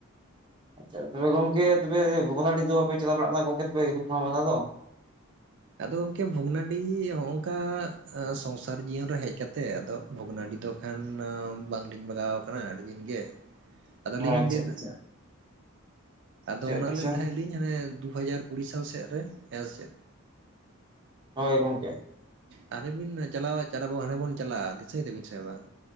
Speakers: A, on the right (about 20°); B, on the right (about 55°).
A: ᱟᱪᱪᱷᱟ ᱛᱚᱵᱮ ᱜᱚᱝᱠᱮ ᱛᱚᱵᱮ ᱵᱷᱚᱜᱽᱱᱟᱰᱤ ᱫᱚ ᱵᱟᱯᱮ ᱪᱟᱞᱟᱣ ᱵᱟᱲᱟᱜ ᱠᱟᱱᱟ ᱜᱚᱝᱠᱮ ᱛᱚᱯᱮ ᱦᱩᱞ ᱢᱟᱦᱟ ᱢᱟᱱᱟᱣ ᱫᱚ᱾
B: ᱟᱫᱚ ᱜᱚᱝᱠᱮ ᱵᱷᱩᱜᱽᱱᱟᱰᱤ ᱱᱚᱜᱝᱠᱟ ᱥᱚᱝᱥᱟᱨ ᱡᱤᱭᱚᱱ ᱨᱮ ᱦᱮᱡ ᱠᱟᱛᱮᱮᱫ ᱟᱫᱚ ᱵᱷᱚᱜᱽᱱᱟᱰᱤ ᱫᱚ ᱠᱷᱟᱱ ᱵᱟᱝᱞᱤᱧ ᱵᱟᱜᱟᱣ ᱟᱠᱟᱱᱟ ᱟᱹᱰᱤ ᱫᱤᱱ ᱜᱮ᱾ ᱟᱫᱚᱞᱤᱧ
A: ᱚ ᱟᱪᱪᱷᱟ
B: ᱞᱟᱹᱭ ᱮᱫᱟ,
A: ᱟᱪᱪᱷᱟ
B: ᱟᱫᱚ
A: ᱟᱪᱪᱷᱟ
B: ᱚᱱᱟ
A: ᱟᱪᱪᱷᱟ
B: ᱞᱮᱱ ᱛᱟᱦᱮᱸᱫ ᱞᱤᱧ ᱦᱟᱱᱮ ᱫᱩ ᱦᱟᱡᱟᱨ ᱠᱩᱲᱤ ᱥᱟᱞ ᱥᱮᱫᱨᱮ ᱦᱮᱸᱥᱮ ᱪᱮᱫ
A: ᱦᱚᱭ ᱜᱚᱝᱠᱮ
B: ᱦᱟᱱᱰᱮ ᱵᱤᱱ ᱪᱟᱞᱟᱣ ᱟ ᱦᱟᱱᱰᱮ ᱵᱚᱱ ᱪᱟᱞᱟᱜᱼᱟ, ᱫᱤᱥᱟᱹᱭ ᱫᱟᱹᱵᱤᱱ ᱥᱮ ᱵᱟᱝ?